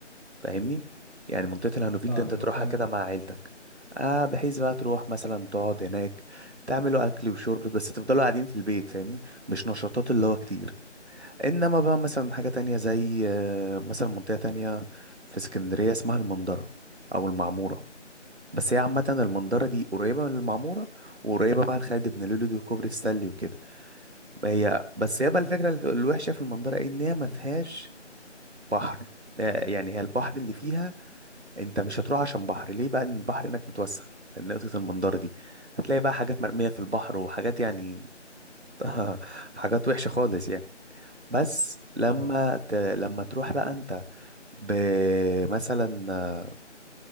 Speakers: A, on the right (about 60°); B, on the right (about 85°).
A: فاهمني يعني منطقة الهانوفيل
B: اه
A: ده انت
B: أنا
A: تروحها
B: فعلا
A: كده مع عيلتك آه بحيث بقى تروح مثلا تقعد هناك تعملوا اكل وشرب بس تفضلوا قاعدين في البيت فاهمني مش نشاطات اللي هو كتير انما بقى مثلا حاجة تانية زي آه، مثلا منطقة تانية في اسكندرية اسمها المنظرة او المعمورة بس هي عامة المنظرة دي قريبة من المعمورة وقريبة بقى لخالد بن لوليد وكوبري السلي وكده هي بس هي بقى الفكرة الف- الوحشة في المنظرة ان هي ما فيهاش بحر آه، يعني هي البحر اللي فيها انت مش هتروح عشان بحر ليه بقى لأن البحر هناك متوسخ من نقطة المنظرة دي هتلاقي بقى حاجات مرمية في البحر وحاجات يعني <laughs> حاجات وحشة خالص يعني بس لما
B: اه
A: ت... لما تروح بقى انت ب... مثلا